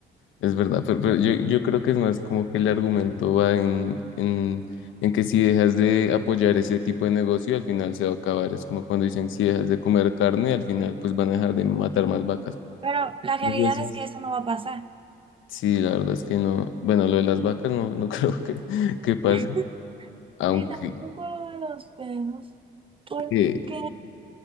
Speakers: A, on the left; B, on the right.
A: Es verdad, pero, pero yo, yo creo que es más como que el argumento va en, en, en que si dejas de apoyar ese tipo de negocio, al final se va a acabar. Es como cuando dicen, si dejas de comer carne, al final pues van a dejar de matar más vacas.
B: Pero la realidad
A: Muchas veces.
B: es que eso no va a pasar.
A: Sí, la verdad es que no. Bueno, lo de las vacas no, no <laughs> creo que, que pase,
B: <laughs>
A: aunque
B: Ni tampoco lo de los perros, porque
A: eh,